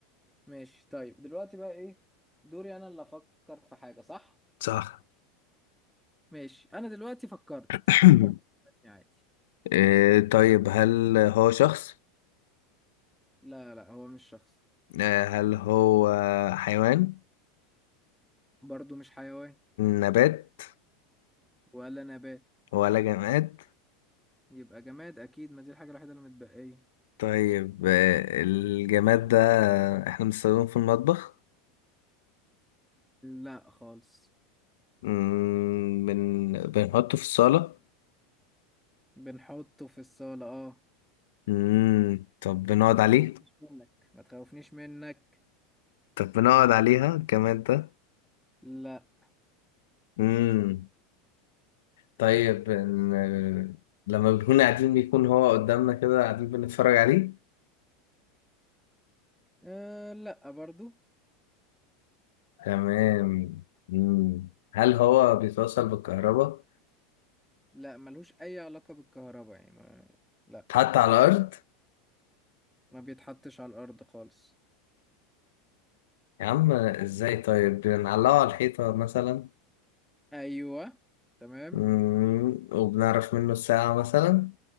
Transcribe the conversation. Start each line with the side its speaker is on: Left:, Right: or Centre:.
Centre: ماشي طيب دلوقتي بقى ايه دوري انا اللي افكر في حاجة صح
Left: صح
Centre: ماشي انا دلوقتي فكرت
Left: <clears throat>
Centre: تبدأ تسألني عادي
Left: آه، طيب هل هو شخص
Centre: لا لا هو مش شخص
Left: آه، هل هو حيوان
Centre: برضو مش حيوان
Left: نبات
Centre: ولا نبات
Left: ولا جماد
Centre: يبقى جماد اكيد ما دي الحاجة الوحيدة اللي متبقية
Left: طيب آه، الجماد ده احنا بنستخدمه في المطبخ
Centre: لا خالص
Left: مم، بن... بنحطه في الصالة
Centre: بنحطه في الصالة اه
Left: مم، طب بنقعد عليه
Centre: ما تخوفنيش منك ما تخوفنيش منك
Left: طب بنقعد عليها الجماد ده
Centre: لا
Left: مم. طيب إن- لما بنكون قاعدين بيكون هو قدامنا كده قاعدين بنتفرج عليه
Centre: أه لا برضو
Left: تمام مم. هل هو بيتوصل بالكهرباء؟
Centre: لا ملوش اي علاقة بالكهرباء يعني ما... لا
Left: اتحط على الأرض؟
Centre: ما بيتحطش على الارض خالص
Left: يا عم ازاي طيب بنعلقه على الحيطة مثلا
Centre: ايوه تمام
Left: مم. وبنعرف منه الساعة مثلا